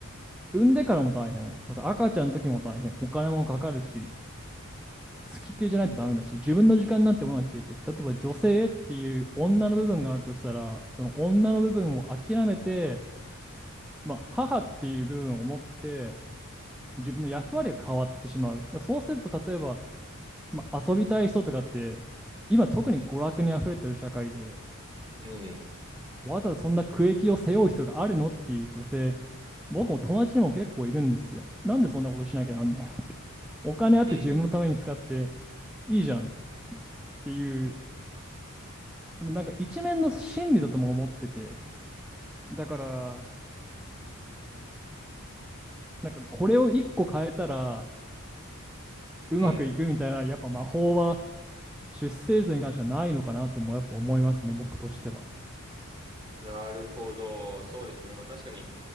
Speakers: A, in the centre; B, on the right.
A: 産んでからも大変、また赤ちゃんの時も大変、お金もかかるし、付きっきりじゃないとダメだし、自分の時間なんてものは消えていく。例えば女性っていう女の部分があるとしたら、その女の部分を諦めて、まあ、母っていう部分を持って、自分の役割が変わってしまう。だからそうすると、例えば、まあ、遊びたい人とかって、今特に娯楽に溢れてる社会で、
B: うん。
A: わざわざそんな苦役を背負う必要があるのっていう女性、僕も友達にも結構いるんですよ。なんでそんなことしなきゃなんないのって。お金あって自分のために使って
B: うん。
A: いいじゃんって、っていう、なんか一面の真理だとも思ってて、だから、なんかこれを一個変えたらうまくいくみたいな、
B: うん。
A: やっぱ魔法は出生図に関してはないのかなともやっぱ思いますね、僕としては。
B: なるほど。そうですね。まあ、確かに、